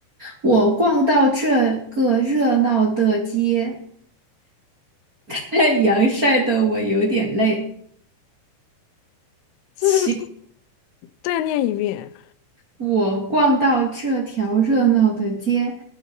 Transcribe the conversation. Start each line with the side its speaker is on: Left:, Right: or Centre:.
Right: 我逛到这个热闹的街，<laughs> 太阳晒得我有点累。
Left: <laughs> 这个
Right: 奇。
Left: 再念一遍。
Right: 我逛到这条热闹的街，